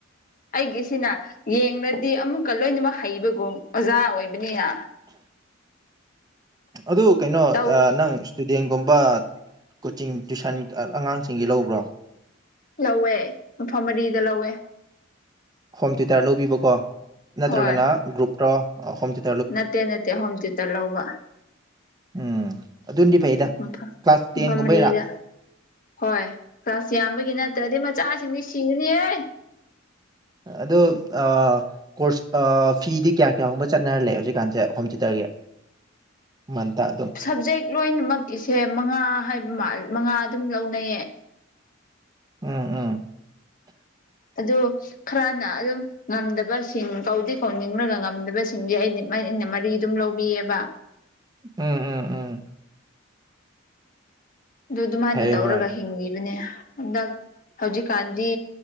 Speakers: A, on the left; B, on the right.
A: ꯑꯩꯒꯤꯁꯤꯅ ꯌꯦꯡꯂꯗꯤ ꯑꯃꯨꯛꯀ ꯂꯣꯏꯅꯃꯛ ꯍꯩꯕꯒꯨꯝ ꯑꯣꯖꯥ ꯑꯣꯏꯕꯅꯤꯅ
B: ꯑꯗꯨ ꯀꯩꯅꯣ
A: ꯇꯧ
B: ꯑ ꯅꯪ ꯅꯨꯡꯗꯤꯟꯒꯨꯝꯕ ꯀꯣꯆꯤꯡ ꯇꯨꯏꯁꯟ ꯑꯉꯥꯡꯁꯤꯡꯒꯤ ꯂꯧꯕ꯭ꯔꯣ
A: ꯂꯧꯋꯦ ꯃꯐꯝ ꯃꯔꯤꯗ ꯂꯧꯋꯦ
B: ꯍꯣꯝ ꯇ꯭ꯌꯨꯇꯔ ꯂꯧꯕꯤꯕꯀꯣ ꯅꯠꯇ꯭ꯔꯒꯅ
A: ꯍꯣꯏ
B: ꯒ꯭ꯔꯨꯞꯔꯣ ꯑꯣ ꯍꯣꯝ ꯇ꯭ꯌꯨ
A: ꯅꯠꯇꯦ ꯅꯠꯇꯦ ꯍꯣꯝ ꯇ꯭ꯌꯨꯇꯔ ꯂꯧꯕ
B: ꯎꯝ ꯑꯗꯨꯅꯗꯤ ꯐꯩꯗ
A: ꯃꯐꯝ
B: ꯀ꯭ꯂꯥꯁ
A: ꯃꯐꯝꯔꯤꯗ
B: ꯇꯦꯟꯒꯨꯝꯕꯩꯔꯥ
A: ꯍꯣꯏ ꯀ꯭ꯂꯥꯁ ꯌꯥꯝꯕꯒꯤ ꯅꯠꯇ꯭ꯔꯗꯤ ꯃꯆꯥꯁꯤꯡꯗꯤ ꯁꯤꯒꯅꯤꯍꯦ
B: ꯑꯗꯨ ꯑꯥ ꯀꯣꯔꯁ ꯑꯥ ꯐꯤꯗꯤ ꯀꯌꯥ ꯀꯌꯥꯒꯨꯝꯕ ꯆꯠꯅꯍꯟꯂꯦ ꯍꯧꯖꯤꯛꯀꯥꯟꯁꯦ ꯍꯣꯝ ꯇ꯭ꯌꯨꯇꯔꯒꯤ ꯃꯟꯇ ꯑꯗꯨꯝ
A: ꯁꯕꯖꯦꯛ ꯂꯣꯏꯅꯃꯛꯀꯤꯁꯦ ꯃꯉꯥ ꯍꯥꯏꯕ ꯃꯥꯟꯂꯦ ꯃꯉꯥ ꯑꯗꯨꯝ ꯂꯧꯅꯩꯌꯦ
B: ꯎꯝ ꯎꯝ
A: ꯑꯗꯨ ꯈꯔꯅ ꯑꯗꯨꯝ ꯉꯝꯗꯕꯁꯤꯡ ꯀꯧꯗꯤ ꯀꯧꯅꯤꯡꯔꯒ ꯉꯝꯗꯕꯁꯤꯡꯗꯤ ꯑꯩꯗꯤ ꯑꯩꯗꯤ <unintelligible> ꯃꯔꯤ ꯑꯗꯨꯝ ꯂꯧꯕꯤꯑꯦꯕ
B: ꯎꯝ ꯎꯝ ꯎꯝ
A: ꯗꯨ ꯗꯨꯃꯥꯏꯅ
B: ꯐꯩꯌꯦ
A: ꯇꯧꯔꯒ
B: ꯍꯣꯏ
A: ꯍꯤꯡꯂꯤꯕꯅꯦ ꯍꯟꯗꯛ ꯍꯧꯖꯤꯛꯀꯥꯟꯗꯤ